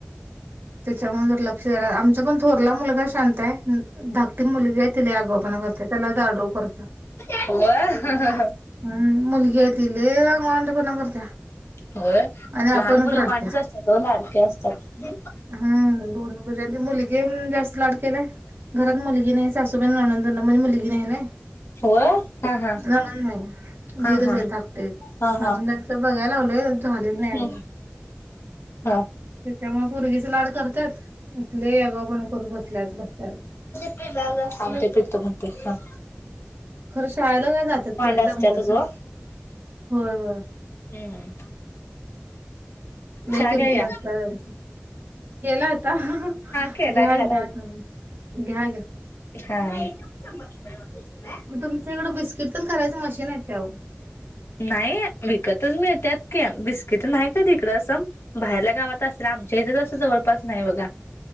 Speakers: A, on the right (about 60°); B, on the left (about 70°).
A: त्याच्यामुळं जर ला जरा आमचा पण थोरला मुलगा शांत आहे. धाकटी मुलगी आहे ती लई आगाऊपणा करत्या. त्याला दाडरोप करत्या. हा.
B: होय. अं हं हं हं.
A: हं, मुलगी हाय ती लई वांडपणा करत्या.
B: होय.
A: आणि आपणच
B: लहान मुलं
A: रडत्या
B: वांडच असत्यात, ओ लाडकी असत्यात
A: हं, दोन ह्याचात मुलगी हाय म्हणून जास्त लाड केलाय घरात मुलगी नाहीच. सासूबाईंना ननंद ना म्हणजे मुलगी नाय नाही.
B: होय हा हा
A: नणंद नाही,
B: हा
A: दिरचं
B: हा
A: आहेत धाकटे एक.
B: हा हा
A: अजून त्यांचं बघाय लागलोय, झालेलं नाही
B: हम्म
A: अजुन.
B: हा
A: त्यच्यामुळं पोरगीचं लाड करत्यात, लई आगाऊपणा करू बसल्यात बसत्यात.
B: पेल्््् थांब ते पित्त म्हणते थांब.
A: खरं शाळेला काय जातात ते एक
B: असत्यातच
A: दम नाही
B: ओ.
A: होय,. होय
B: हूं...
A: लई
B: चहा
A: किरकिर
B: घ्या या.
A: असत्या त्यांची. केला होता हा, हा.
B: केला
A: घ्याल
B: घ्याय
A: घ्या तुम्ही घ्या, घ्या.
B: इ हा. थांबस आ...
A: मग तुमच्या इकडं बिस्किट तेन करायचं मशीन हाय काय वो?
B: नाही विकतचं मिळत्यात की, बिस्किट नाही कधी ईकडं असं. बाहेरल्या गावात असेल आमच्या इथे जास्त जवळपास नाही बघा.